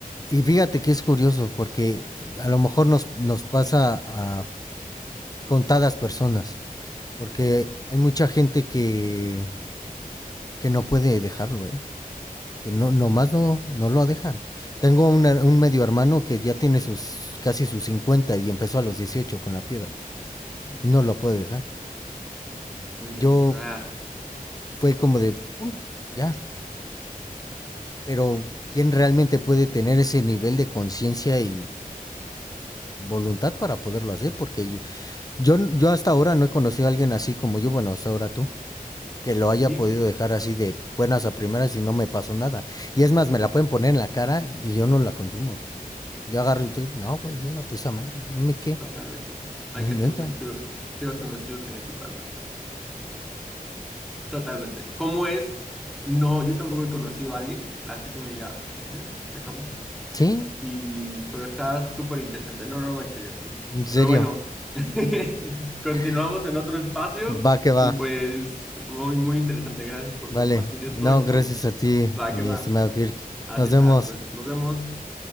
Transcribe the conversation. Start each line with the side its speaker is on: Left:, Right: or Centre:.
Left: Y fíjate que es curioso porque a lo mejor nos, nos pasa a contadas personas. Porque hay mucha gente que, que no puede dejarlo, ¿eh? que no,
Centre: no,
Left: nomás no, no lo dejan. Tengo una- un medio hermano que ya tiene sus casi sus 50 y empezó a los 18 con la piedra
Centre: no
Left: y no lo puede dejar.
Centre: inventes,
Left: Yo
Centre: o sea,
Left: fue como de, "Pum, ya, pero ¿quién realmente puede tener ese nivel de conciencia y voluntad para poderlo hacer? Porque yo, yo hasta ahora no he conocido a alguien así como yo, bueno, hasta ahora tú, que lo haya
Centre: sí,
Left: podido dejar así de buenas a primeras y no me pasó nada. Y es más, me la pueden poner en la cara y yo no la consumo. Yo agarro y digo, no, güey, llévate esa madre. ¿A qué?
Centre: totalmente. Hay
Left: Neta.
Centre: que hacer un estudio, quiero hacer un estudio genético al respecto, totalmente. ¿Cómo es? No, yo tampoco he conocido a alguien, así que me diga, ya, se acabó.
Left: <laughs> ¿Sí?
Centre: Y, pero está súper interesante. No, no manches, Jersey.
Left: En serio.
Centre: Pero bueno, <laughs> continuamos
Left: <laughs>
Centre: en otro espacio
Left: va que
Centre: y
Left: va.
Centre: pues muy, muy interesante. Gracias por
Left: Vale.
Centre: compartir esto
Left: No,
Centre: y
Left: gracias
Centre: pues
Left: a ti,
Centre: va
Left: mi
Centre: que va.
Left: estimado Kirk.
Centre: Así
Left: Nos
Centre: está.
Left: vemos.
Centre: Pues nos vemos.